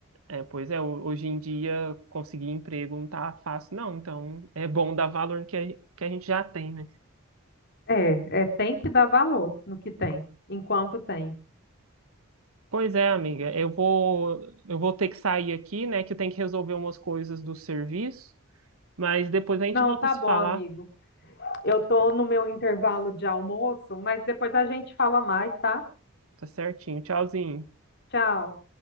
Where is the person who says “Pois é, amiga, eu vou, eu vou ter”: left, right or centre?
Right